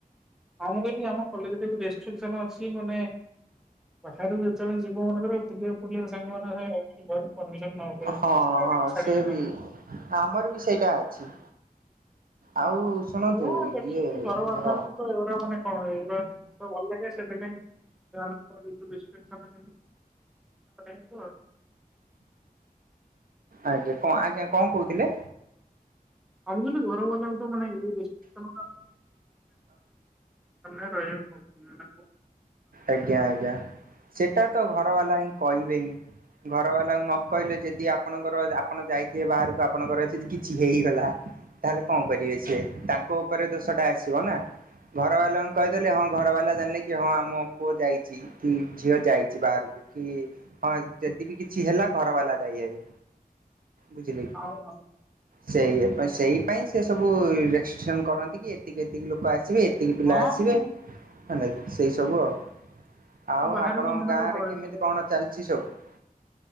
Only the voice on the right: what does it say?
ହଁ
ହଁ
ସେ ବି
ଆମର ବି ସେଇଟା ଅଛି।
ଆଉ ଶୁଣନ୍ତୁ
ଇଏ
ଆମର
ଆଜ୍ଞା କଣ ଆଜ୍ଞା କଣ କହୁଥିଲେ?
ଆଜ୍ଞା ଆଜ୍ଞା ସେଟା ତ ଘର ବାଲା ହିଁ କହିବେ ହିଁ। ଘର ବାଲାଙ୍କୁ ନ କହିଲେ ଯଦି ଆପଣଙ୍କର ଆପଣ ଯାଇଥିବେ ବାହାରକୁ ଆପଣଙ୍କର କିଛି ହେଇଗଲା ତାହେଲେ କଣ କରିବେ ସିଏ ତାଙ୍କ ଉପରେ ଦୋଷ ଟା ଆସିବ ନା। ଘର ବାଲାଙ୍କୁ କହିଦେଲେ ହଁ ଘର ବାଲା ଜାଣିଲେ କି ହଁ ଆମ ପୁଅ ଯାଇଛି, କି ଝିଅ ଯାଇଛି ବାହାରକୁ କି ହଁ ଯଦି ବିି କିଛି ହେଲା ଘର ବାଲା ଦାୟୀ ହେବେ ବୁଝିଲେ କି।
ସେଇଆ ସେଇ ପାଇଁ ସେ ସବୁ ରେଷ୍ଟ୍ରିକ୍ସନ କରନ୍ତି କି ଏତିକି ଏତିକି ଲୋକ ଆସିବେ। ଏତିକି ପିଲା
ଆସିବେ
ହେଲା କି ସେଇ ସବୁ ଆଉ। ଆଉ
ଆପଣଙ୍କ
ଗାଁ ରେ
କେମିତି କଣ ଚାଲିଛି ସବୁ?